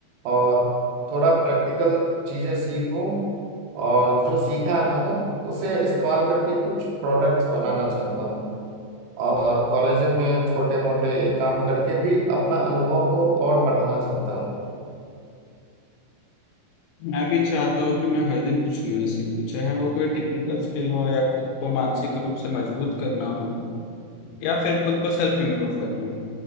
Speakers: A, on the right; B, on the left.
A: और थोड़ा प्रैक्टिकल चीजें सीखूं और जो सीखा है मैंने उसे इस्तेमाल करके कुछ प्रोडक्ट्स बनाना चाहता हूँ और कॉलेज में छोटे मोटे काम करके भी अपना अनुभव को और बढ़ाना चाहता हूँ
B: मैं भी चाहता हूँ कि मैं हर दिन कुछ नया सीखूं चाहे वो कोई टेक्निकल स्किल हो या खुद को मानसिक रूप से मजबूत करना हो या फिर खुद को सेल्फ इम्प्रूव करना हो